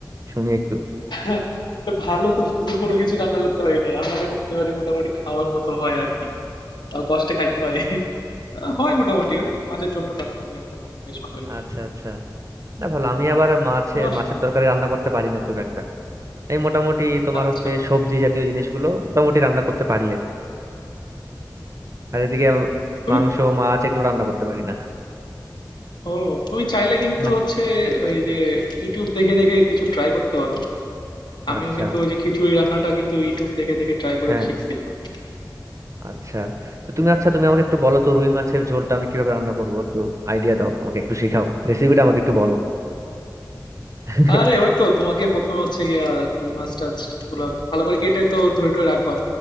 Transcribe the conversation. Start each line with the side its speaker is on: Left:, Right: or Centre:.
Right: শুনি একটু
Left: <laughs> ভালো তো বলতে কোনো কিছু রান্না করতে পারি না রান্নাটা করতে পারি মোটামুটি খাওয়ার মতো হয় আর কি তাও কষ্টে খাইতে হয় আহ, হয় মোটামুটি ওই মাছের ঝোল টোল রান্না করলে মোটামুটি বেশ ভালোই
Right: আচ্ছা আচ্ছা না ভালো আমি আবার মাছে
Left: তোমার
Right: মাছের তরকারি রান্না করতে পারি না খুব একটা এই মোটামুটি তোমার
Left: আচ্ছা
Right: হচ্ছে সবজি জাতীয় জিনিসগুলো মোটামুটি রান্না করতে পারি আর কি। আর এদিকে
Left: তুমি
Right: মাংস মাছ এগুলো রান্না করতে পারি না
Left: ও তুমি চাইলে কিন্তু
Right: না।
Left: হচ্ছে ওই যে ইউটিউব দেখে দেখে কিছু ট্রাই করতে পারো আমিও
Right: আচ্ছা
Left: কিন্তু ওই যে খিচুড়ি রান্নাটা কিন্তু ইউটিউব দেখে দেখে ট্রাই করে
Right: হ্যাঁ
Left: শিখছিলাম আর কি।
Right: আচ্ছা তো তুমি আচ্ছা তুমি আমাকে একটু বলো তো রুই মাছের ঝোলটা আমি কিভাবে রান্না করবো একটু আইডিয়া দাও আমাকে একটু শেখাও রেসিপিটা আমাকে একটু বলো <laughs>
Left: আরে ওই তো তোমাকে প্রথমে হচ্ছে গিয়া রুই মাছ টাছ গুলো ভালো করে কেটে তো ধুয়ে টুয়ে রাখবা